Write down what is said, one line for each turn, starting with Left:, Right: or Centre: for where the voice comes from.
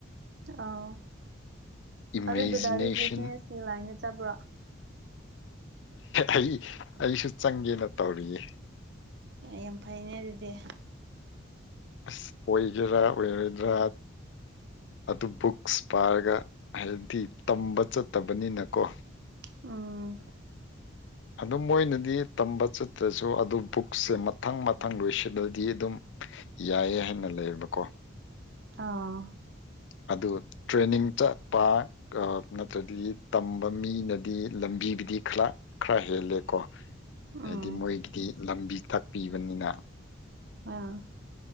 Right: ꯑꯥꯎ
Left: ꯏꯃꯦꯖꯤꯅꯦꯁꯟ
Right: ꯑꯗꯨ ꯗꯗꯥꯗꯤ ꯕꯤꯖꯤꯅꯦꯁꯀꯤ ꯂꯥꯢꯟꯗ ꯆꯠꯄ꯭ꯔꯣ
Left: ꯑꯩ ꯑꯩꯁꯨ ꯆꯪꯒꯦꯅ ꯇꯧꯔꯤꯌꯦ
Right: ꯌꯥꯝ ꯐꯩꯅꯦ ꯑꯗꯨꯗꯤ
Left: ꯑꯁ ꯑꯣꯏꯒꯦꯔꯥ ꯑꯣꯏꯔꯣꯏꯗ꯭ꯔꯥ ꯑꯗꯨ ꯕꯨꯛꯁ ꯄꯥꯔꯒ ꯍꯥꯏꯕꯗꯤ ꯇꯝꯕ ꯆꯠꯇꯕꯅꯤꯅꯀꯣ
Right: ꯎꯝ
Left: ꯑꯗꯨꯝ ꯃꯣꯏꯅꯗꯤ ꯇꯝꯕ ꯆꯠꯇ꯭ꯔꯁꯨ ꯑꯗꯨ ꯕꯨꯛꯁꯦ ꯃꯊꯪ ꯃꯊꯪ ꯂꯣꯏꯁꯤꯜꯂꯗꯤ ꯑꯗꯨꯝ ꯌꯥꯏꯌꯦ ꯍꯥꯏꯅ ꯂꯩꯌꯦꯕꯀꯣ
Right: ꯑꯥ
Left: ꯑꯗꯨ ꯇ꯭ꯔꯦꯅꯤꯡ ꯆꯠꯄ ꯅꯠꯇ꯭ꯔꯗꯤ ꯇꯝꯕ ꯃꯤꯅꯗꯤ ꯂꯝꯕꯤꯕꯨꯗꯤ ꯈꯔ ꯈꯔ ꯍꯦꯜꯂꯦꯀꯣ ꯍꯥꯢꯗꯤ
Right: ꯎꯝ
Left: ꯃꯣꯢꯒꯤꯗꯤ ꯂꯝꯕꯤ ꯇꯥꯛꯄꯤꯕꯅꯤꯅ
Right: ꯑꯥ